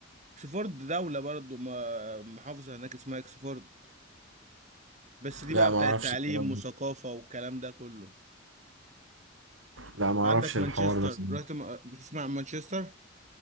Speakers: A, on the right (about 35°); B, on the right (about 75°).
A: اكسفورد دولة برضو ما- محافظة هناك اسمها اكسفورد بس دي
B: لا
A: بقى
B: ما
A: بتاعت
B: اعرفش
A: تعليم
B: الكلام
A: وثقافة
B: ده
A: والكلام ده كله
B: لا ما اعرفش
A: عندك مانشستر
B: الحوار ده صراحة.
A: رحت م... بتسمع عن مانشستر